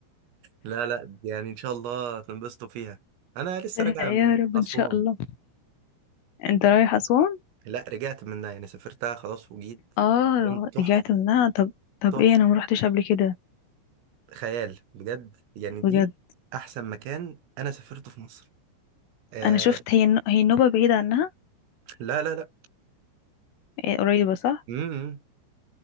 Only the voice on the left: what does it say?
ايوه
يا
رب
ان شاء الله انت رايح اسوان
اه
رجعت منها طب طب
ايه انا ما روحتش قبل كده
بجد
انا شفت هي الن- هي النوبة بعيدة عنها
إيه قريبة صح